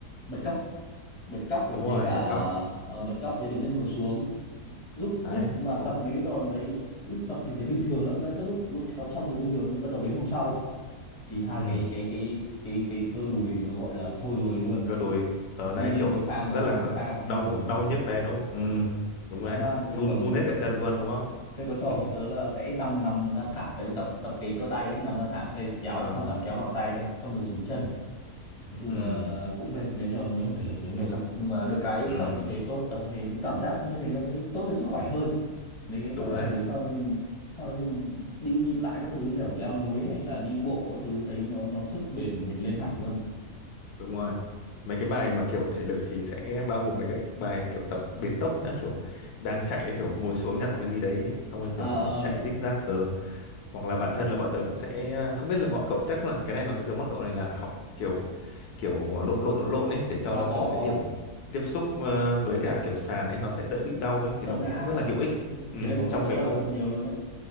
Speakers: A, on the left; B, on the left.
A: bật cóc bật cóc rồi
B: đúng rồi
A: với cả
B: bật cóc
A: ờ, bật cóc với đứng lên ngồi xuống lúc
B: đấy
A: lúc mà
B: Ồ,
A: tập mấy cái đòn đấy lúc tập thì thấy bình thường lắm là tức lúc lúc tập xong thấy bình thường nhưng bắt đầu đến hôm sau thì hai
B: ừ
A: cái cái cái cái cái cơ đùi nó gọi là thôi rồi luôn
B: cơ đùi ở
A: đi
B: đấy
A: lên
B: kiểu
A: cầu thang và
B: rất
A: xuống
B: là
A: cầu thang
B: đau
A: ui rồi ôi
B: đau nhức đấy đúng không
A: ừ
B: ừ đúng
A: dã
B: đấy
A: man bây
B: run
A: giờ còn
B: run
A: mấy
B: hết cả chân luôn đúng không
A: thế có cho bọn
B: <laughs>
A: tớ là sẽ nằm nằm ra thảm tại vì tập tập cái cơ tay ấy, nằm ra thảm sẽ kéo
B: ờ
A: hoàn toàn kéo bằng tay thôi không được dùng chân nói chung
B: ừ
A: là, là cũng mệt mấy giờ mới không thể lực đấy mệt lắm nhưng mà được cái
B: ừ
A: tập như thế tốt tập như thế nó cảm giác như thế nó mới tốt cho sức khỏe hơn mấy cái
B: đúng
A: cảm
B: rồi
A: giác
B: đấy
A: thể lực sau đấy mình sau đấy mình đi lại các thứ kiểu leo núi hay là đi bộ các thứ thấy nó nó sức bền của mình lên hẳn luôn
B: đúng rồi mấy cái bài mà kiểu thể lực thì sẽ bao gồm mấy cái bài kiểu tập biến tốc nữa kiểu đang chạy kiểu ngồi xuống nhặt một cái gì đấy xong rồi kiểu
A: à, ờ,
B: chạy rích rác hoặc là bản thân là bọn tớ cũng sẽ à, không biết là bọn cậu chắc là cái này nó sẽ giống bọn cậu này là học kiểu kiểu lộn lộn lộn lộn ấy để cho
A: có
B: nó
A: có
B: kiểu cái
A: có
B: điểm tiếp xúc ờ, với cả kiểu sàn ấy nó sẽ đỡ bị đau ấy thì
A: tập
B: nó cũng
A: ngã
B: rất
A: ờ.
B: là hữu ích ừ,
A: cái đấy bọn
B: trong
A: bọn tớ
B: cái
A: là
B: công
A: tập nhiều luôn đấy